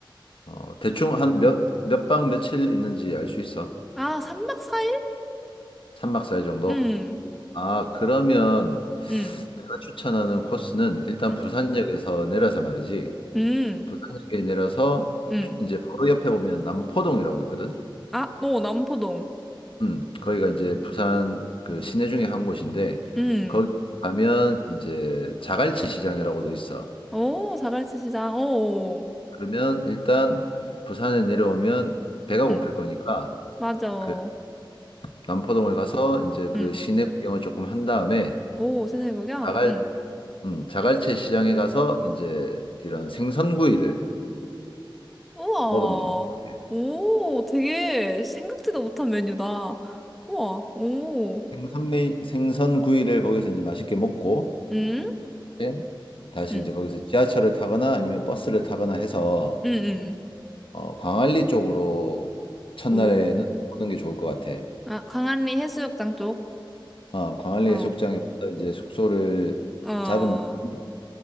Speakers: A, on the left; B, in the centre.
A: 어, 대충 한 몇, 몇 박 며칠 있는지 알 수 있어?
B: 아, 3박 4일?
A: 3박 4일 정도?
B: 음,
A: 아, 그러면
B: 음,
A: 내가 추천하는 코스는 일단
B: 음,
A: 부산역에서 내려서 말이지.
B: 음.
A: 부산역에 내려서
B: 음.
A: 이제 바로 옆에 보면 남포동이라고 있거든.
B: 아, 너 남포동.
A: 음, 거기가 이제 부산 그 시내 중에 한 곳인데
B: 음.
A: 거기 가면 이제 자갈치 시장이라고도 있어.
B: 오, 자갈치 시장. 오,
A: 그러면 일단 부산에 내려오면 배가 고플
B: 음.
A: 거니까
B: 맞아.
A: 그 남포동을 가서 이제 그
B: 음.
A: 시내 구경을 조금 한 다음에
B: 오, 시내구경.
A: 자갈
B: 음.
A: 음, 자갈치 시장에 가서 이제 이런 생선구이를
B: 우와.
A: 먹으면 좋을 것 같아.
B: 오, 되게 생각지도 못한 메뉴다. 우와, 오.
A: 생선 메 생선 구이를 거기서 이제 맛있게 먹고
B: 음?
A: 이제 다시
B: 음.
A: 이제 거기서 지하철을 타거나 아니면 버스를 타거나 해서
B: 응, 응.
A: 어, 광안리 쪽으로 첫날에는
B: 오.
A: 오는 게 좋을 것 같아.
B: 아, 광안리 해수욕장 쪽?
A: 어, 광안리
B: 어,
A: 해수욕장에 와서 이제 숙소를
B: 어,
A: 잡은 다음에
B: 어,